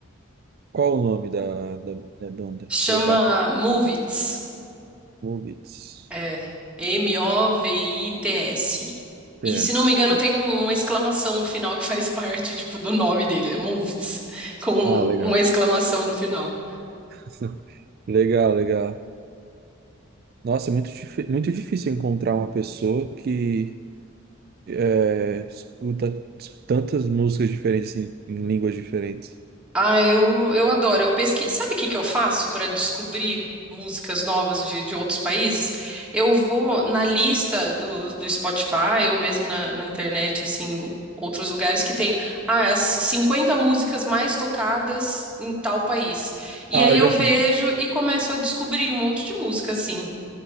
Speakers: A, on the right; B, in the centre.
A: Qual o nome da, da, da banda?
B: Chama
A: Colocatório.
B: Movits.
A: Movits.
B: É, M-O-V-I-T-S.
A: PS.
B: E, se não me engano, tem um- uma exclamação no final que faz <laughs> parte, tipo, do nome dele, é Movits, com
A: Ah, legal.
B: uma exclamação no final.
A: <laughs> Legal, legal. Nossa, é muito, dif- muito difícil encontrar uma pessoa que é, escuta tantas músicas diferentes em, em línguas diferentes.
B: Ah, eu, eu adoro. Eu pesquiso. Sabe o que que eu faço para descobrir músicas novas de, de outros países? Eu vou na lista do, do Spotify ou mesmo na, na internet, assim, outros lugares que tem ah, as 50 músicas mais tocadas em tal país. E
A: Ah,
B: aí
A: eu
B: eu
A: já
B: vejo
A: fiz isso.
B: e começo a descobrir um monte de música, assim.